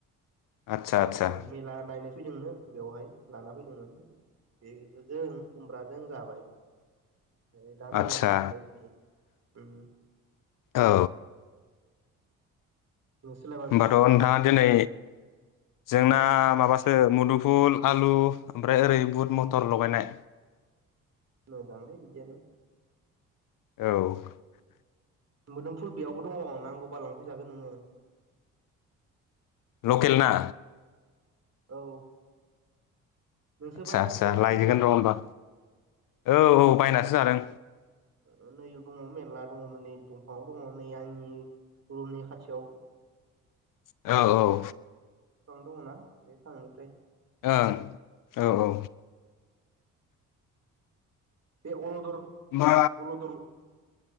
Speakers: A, on the left (about 60°); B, on the right (about 40°).
A: आदसा
B: ओ
A: आदसा
B: मेला नायनो फैदोंनो बेवहाय लाना फैदोंमोन बेजों खुमब्राजों जाबाय ओमफ्राय दा मेला
A: आदसा
B: नायनो थांबाय बिसोरो उम
A: औ
B: नोंसोरलाय मा
A: होमबाथ'
B: जाखो
A: नोंथाङा दिनै जोंना माबासो मुदुफुल आलु ओमफ्राय ओरै बुट मटर लगायनाय
B: मोजांलै बिदियानो
A: औ
B: मोदोमफुल बेयावबो दङ' नांगौबा लांफैजागोन नोङो
A: लकेल ना
B: औ नोंसो
A: आदसा
B: बायनासो
A: आदसा
B: जायाखै
A: लायगोन
B: जानो
A: र' होमबा औ औ बायनासो जादों
B: उम उम नैआव दङ' मेनला दङ'मोन नै दंफाङाव दङ' नै आंनि रुमनि खाथियाव
A: औ औ
B: फिफां दङ'ना बे फिफांनिफ्राय
A: ओं औ औ
B: बे अलदर
A: मा
B: अलदर